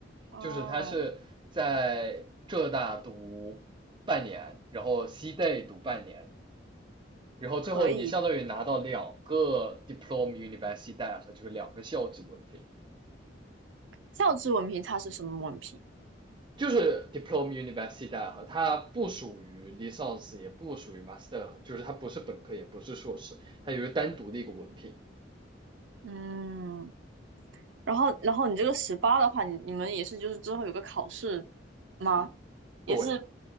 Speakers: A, on the right (about 85°); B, on the right (about 25°).
A: 哦，
B: 就是它是在浙大读半年，然后西大读半年，然后最后你相当于拿到两个
A: 可以，
B: Diplom a Universidad，就是两个校级文凭。
A: 教职文凭它是什么文凭？
B: 就是 Diplom a Universidad，它不属于 l i c e n s e 也不属于 Master，就是它不是本科，也不是硕士，它有一个单独的一个文凭。
A: 嗯，然后，然后你这个十八的话，你你们也是就是之后有个考试吗？也是
B: 对，